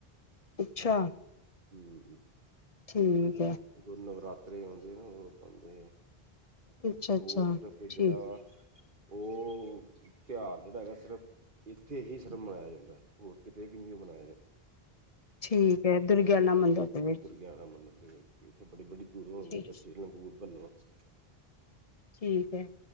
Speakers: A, on the left; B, on the right.
A: ਅੱਛਾ
B: ਹਮ
A: ਠੀਕ ਹੈ
B: ਜਦੋ ਨਵਰਾਤਰੇ ਆਉਂਦੇ ਨਾ ਉਦੋਂ ਬਣਦੇ ਆ।
A: ਅੱਛਾ
B: ਤੇ
A: ਅੱਛਾ
B: ਉਹ ਸਿਰਫ ਜਿਹੜਾ
A: ਠੀਕ
B: ਉਹ ਤਿਉਹਾਰ ਜਿਹੜਾ ਹੈਗਾ ਸਿਰਫ। ਇੱਥੇ ਹੀ ਸਿਰਫ਼ ਮਨਾਇਆ ਜਾਂਦਾ ਹੋਰ ਕਿਤੇ ਵੀ ਨਹੀਂ ਉਹ ਮਨਾਇਆ ਜਾਂਦਾ।
A: ਠੀਕ ਹੈ ਦੁਰਗਿਆਣਾ ਮੰਦਿਰ। ਦੇ ਵਿੱਚ
B: ਦੁਰਗਿਆਣਾ ਮੰਦਿਰ ਦੇ ਵਿੱਚ ਇਥੇ ਬੜੀ ਬੜੀ ਦੂਰੋਂ ਆਂਦੇ
A: ਠੀਕ
B: ਬੱਚੇ ਲੰਗੂਰ ਬਣਨ ਵਾਸਤੇ।
A: ਠੀਕ ਹੈ